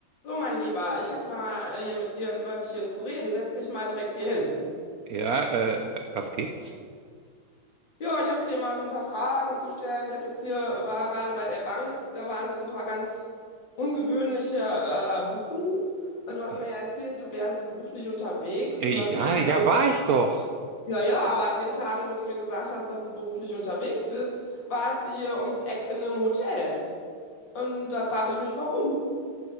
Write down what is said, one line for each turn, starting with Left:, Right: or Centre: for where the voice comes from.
Left: So, mein Lieber, ich habe mal äh, hier mit dir ein Wörtchen zu reden. Setz dich mal direkt hier hin.
Right: Ja, äh, was gibt's?
Left: Ja, ich habe dir mal so ein paar Fragen zu stellen. Ich habe jetzt hier, äh, war gerade bei der Bank, da waren so ein paar ganz ungewöhnliche äh, Buchungen. Und du hast
Right: Äh,
Left: mir ja erzählt, du wärst beruflich unterwegs.
Right: äh,
Left: Und
Right: ja,
Left: dann sehe ich
Right: ja,
Left: bei den
Right: war
Left: Ta-
Right: ich doch.
Left: ja, ja, aber an den Tagen, wo du mir gesagt hast, dass du beruflich unterwegs bist, warst du hier ums Eck in einem Hotel. Und da frage ich mich, warum?